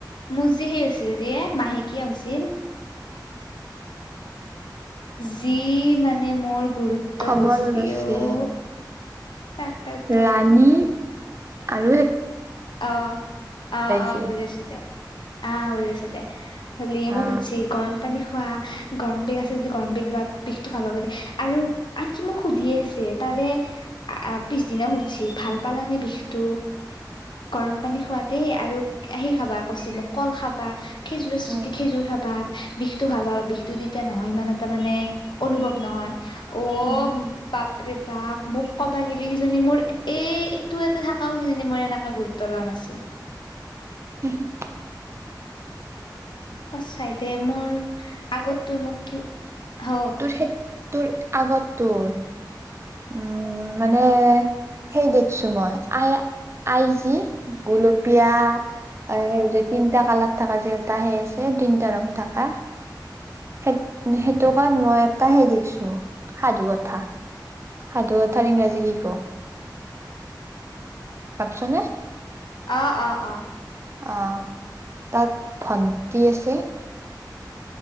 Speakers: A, on the left; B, on the right.
A: মোৰ যে সেই হৈছিল যে মাহেকীয়া হৈছিল। যি মানে মোৰ গুৰুত্ব
B: খবৰ
A: লৈচি
B: লৈছে
A: অ, তাকেটোন।
B: ৰাণী আৰু ল
A: অ', অ', অ,
B: যি
A: ' বুজিছো দে অ', বুজাছো দে, হলি মোক
B: অ।
A: সুধছি <unintelligible> পানী খোৱা, গৰম বেগ আছে যদি গৰম বেগ লোৱা বিষতটো ভাল পাব আৰু আনকি মোক সুধিয়ে আছে তাৰে আ পিছদিনা সুধছি ভাল পালানে বিষটো? গৰম পানী খোৱা দেই আৰু আহি খাবা কছি মোক কল খাবা, খেজুৰ আছে
B: উম
A: যদি খেজুৰ খাবা বিষটো ভাল পাবা বিষটো তেতিয়া নহয় ইমান এটা মানে অনুভৱ নহয়। অ,
B: উম।
A: ' পা <unintelligible> মোক কবা গিলি সিজনী মোৰ এই এইটো এটা থাকও কিজানী মোৰ এনেকা গু উতলা নাছিল।
B: <inaudible>
A: সচাই দে মোৰ আগত
B: অ
A: তই মোক কি হৌ
B: তোৰ সেই তোৰ আগত তোৰ, উম। মানে সেই দে <unintelligible> মই আই, আই যি গোলোপীয়া অ', হেৰি তিনটা কালাৰ থাকা যে এটা সেই আছে তিনটা ৰং থাকা। সেই-সেইটো কাৰণ মই এটা হে দেখিছো সাধু কথা। সাধু কথাৰ ইংৰাজী কি ক'। ভাবছানে?
A: অ', অ', অ'।
B: অ', তাত ভণ্টি আছে।